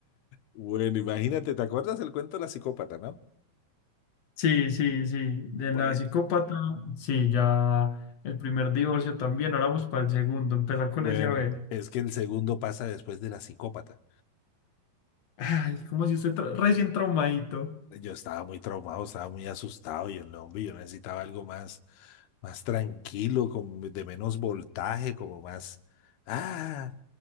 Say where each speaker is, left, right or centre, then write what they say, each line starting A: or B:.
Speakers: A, on the left; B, on the left.
A: Bueno, imagínate, ¿te acuerdas del cuento de la psicópata, no?
B: Sí, sí, sí, de
A: Bueno,
B: la psicópata, sí, ya el primer divorcio también, ahora vamos para el segundo, empezar con
A: Bueno,
B: ese a ver.
A: es que el segundo pasa después de la psicópata.
B: Ay, como si usted tra- recién traumadito.
A: Yo estaba muy traumado, estaba muy asustado, yo no, hombre, yo necesitaba algo más, más tranquilo, con, de menos voltaje, como más, ah,